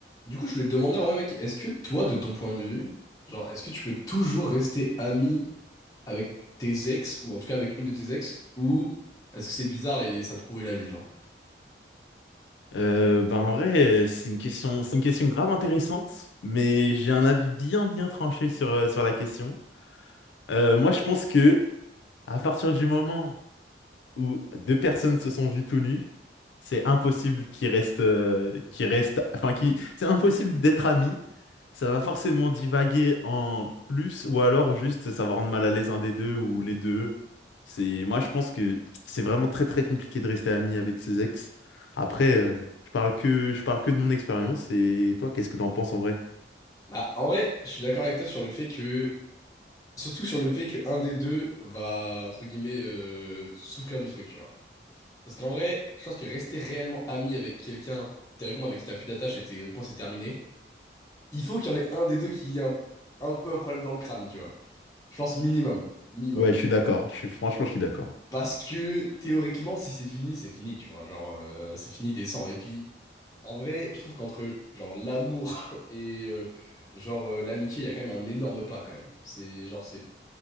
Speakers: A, on the left (about 20°); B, on the left (about 85°).
A: Du coup, je voulais te demander en vrai, mec, est-ce que toi, de ton point de vue, genre, est-ce que tu peux toujours rester ami avec tes ex, ou en tout cas avec une de tes ex, ou est-ce que c'est bizarre et ça te pourrit la vie, genre?
B: Euh, bah en vrai, euh, c'est une question, c'est une question grave intéressante, mais j'ai un avis bien bien tranché sur, euh, sur la question. Euh, moi, je pense que à partir du moment où deux personnes se sont vues tout nues, c'est impossible qu'ils restent, euh, qu'ils restent, enfin, qui, c'est impossible d'être amis. Ça va forcément divaguer en plus, ou alors juste ça va rendre mal à l'aise un des deux ou les deux. C'est, moi, je pense que c'est vraiment très très compliqué de rester ami avec ses ex. Après, euh, je parle que, je parle que de mon expérience. Et toi, qu'est-ce que t'en penses en vrai?
A: Bah, en vrai, je suis d'accord avec toi sur le fait que, surtout sur le fait que un des deux va, entre guillemets, euh, souffrir du truc, tu vois. Parce qu'en vrai, je pense que rester réellement ami avec quelqu'un, théoriquement avec qui t'as plus d'attache et théoriquement c'est terminé, il faut qu'il y en ait un des deux qui ait un, un peu un problème dans le crâne, tu vois. Je pense minimum, minimum.
B: Ouais, je suis d'accord. Je suis, franchement, je suis d'accord.
A: Parce que théoriquement, si c'est fini, c'est fini, tu vois. Genre, euh, c'est fini des sangs. Et puis, en vrai, je trouve qu'entre genre l'amour <laughs> et euh, genre euh, l'amitié, il y a quand même un énorme pas quand même. C'est genre, c'est.